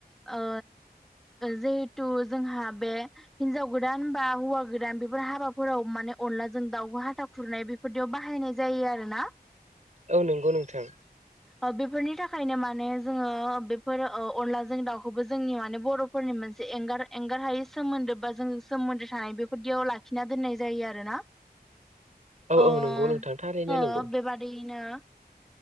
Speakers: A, in the centre; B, on the right.
A: ओ जिहेथु जोंहा बे हिनजाव गोदान बा हौवा गोदान बेफोर हाबाफोराव माने अनलाजों दाउखौ हाथा खुरनाय बेफोरदियाव बाहायनाय जायो। ए आरो ना‌।
B: औ नंगौ नोंथां।
A: ओ बेफोरनि थाखायनो माने जोङो बेफोर अनलाजों दाउखौबो जोंनि माने बर'फोरनि मोनसे एंगार एंगार हायि सोमोन्दो बा जोंङो सोमोन्दो थानाय बेफोरदियाव लाखिना दोननाय जायो आरोना।
B: औ
A: अ
B: औ
A: जोंङो
B: नंगौ नोंथां थारैनो नंगौ
A: बेबादियैनो